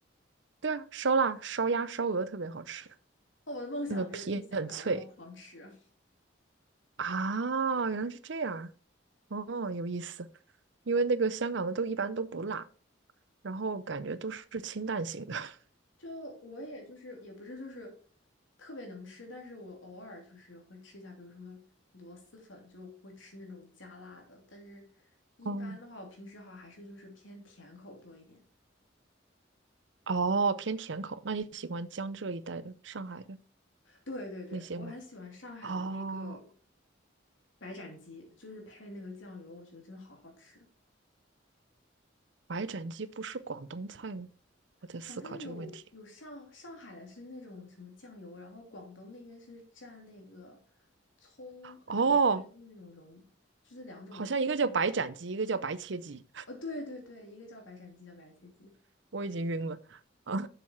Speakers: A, on the right (about 70°); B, on the left (about 80°).
A: 对啊，烧腊、烧鸭、烧鹅特别好吃，
B: 哦，我的梦想就是去香港，
A: 那个皮很脆
B: 然后狂吃。
A: 啊，原来是这样，哦，有意思，因为那个香港的都一般都不辣，然后感觉都是清淡型的。<laughs>
B: 就我也就是也不是就是特别能吃，但是我偶尔就是会吃一下，比如什么螺蛳粉，就会吃那种加辣的。但是一般的话，
A: 哦
B: 我平时好像还是就是偏甜口多一点。
A: 哦，偏甜口。那你喜欢江浙一带的、上海的
B: 对对对，
A: 那些吗？
B: 我很喜欢上海的那个
A: 哦，
B: 白斩鸡，就是配那个酱油，我觉得真的好好吃。
A: 白斩鸡不是广东菜吗？我在思考这个问题。
B: 好像有有上上海的是那种什么酱油，然后广东那边是蘸那个葱还有姜的那种蓉，
A: 哦，
B: 就是两种不一样
A: 好像一个叫白斩鸡，一个叫白切鸡，
B: 哦，对对对，一个叫白斩鸡，叫白切鸡。
A: <laughs> 我已经晕了。<laughs> 啊，